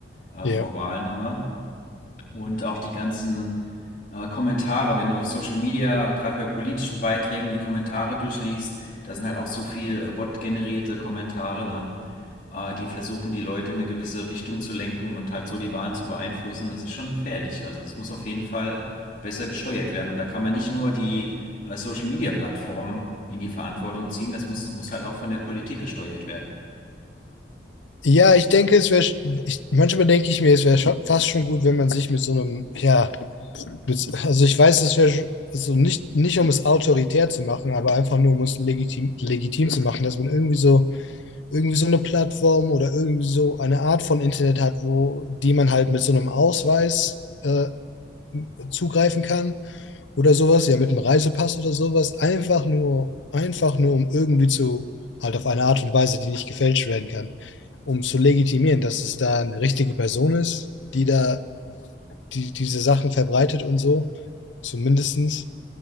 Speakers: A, on the left (about 45°); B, on the left (about 80°).
A: äh,
B: Ja.
A: vor Wahlen immer. Und auch die ganzen äh, Kommentare, wenn du auf Social Media, gerade bei politischen Beiträgen, die Kommentare durchliest, da sind halt auch so viel äh, Bot-generierte Kommentare, ne? Äh, die versuchen, die Leute in eine gewisse Richtung zu lenken und halt so die Wahlen zu beeinflussen. Das ist schon gefährlich. Also das muss auf jeden Fall besser gesteuert werden. Und da kann man nicht nur die äh, Social Media Plattformen in die Verantwortung ziehen, das muss, muss halt auch von der Politik gesteuert werden.
B: Ja, ich denke, es wäre, ich, manchmal denke ich mir, es wäre scho- fast schon gut, wenn man sich mit so einem, ja, mit, also ich weiß, es wäre so nicht, nicht um es autoritär zu machen, aber einfach nur um es legitim, legitim zu machen, dass man irgendwie so, irgendwie so eine Plattform oder irgendwie so eine Art von Internet hat, wo, die man halt mit so einem Ausweis, äh, zugreifen kann oder sowas, ja, mit einem Reisepass oder sowas, einfach nur, einfach nur, um irgendwie zu, halt auf eine Art und Weise, die nicht gefälscht werden kann, um zu legitimieren, dass es da eine richtige Person ist, die da die, diese Sachen verbreitet und so, zumindestens,